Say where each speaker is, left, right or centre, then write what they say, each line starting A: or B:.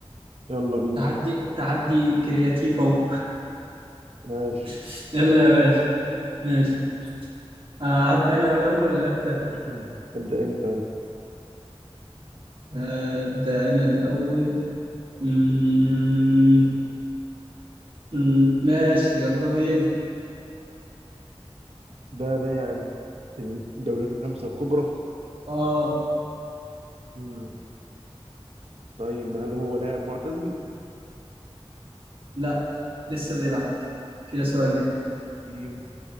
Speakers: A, on the right; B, on the right.
A: يلا بينا
B: تحدي تحدي كرياتيف اهو
A: ماشي
B: <laughs> يلا يا باشا ماشي آه، هبدا انا الاول ولا انت
A: <clears throat> ابدأ انت يلا.
B: آه، ابدا انا الاول مم، مم، ماشي يلا بينا
A: ده لاعب الدوريات الخمسة الكبرى
B: اه
A: مم. طيب هل هو لاعب معتزل؟
B: لا لسه بيلعب كده سؤالين
A: طيب